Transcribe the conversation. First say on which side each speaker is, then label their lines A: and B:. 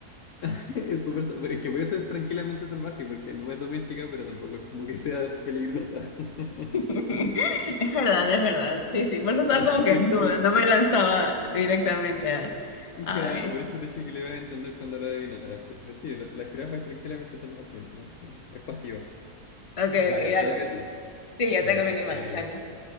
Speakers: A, on the left; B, on the left.
A: <laughs> Es súper, pero es que por eso es tranquilamente salvaje, porque no es doméstica, pero tampoco es como que sea peligrosa. <laughs>
B: <laughs> Es verdad, es verdad. Sí, sí, por eso estaba
A: Por
B: como
A: eso
B: que
A: te
B: en
A: dije
B: duda,
A: que,
B: no me lanzaba directamente a,
A: ja,
B: a eso.
A: por eso te dije que lo ibas a entender cuando lo adivinaras. Pero sí, la, la jirafa es tranquilamente salvaje, no, no es, como- es pasiva.
B: Ok,
A: Dale,
B: ok,
A: te
B: dale.
A: toca a ti.
B: Sí, ya
A: Ya.
B: tengo mi animal,
A: eh,
B: dale.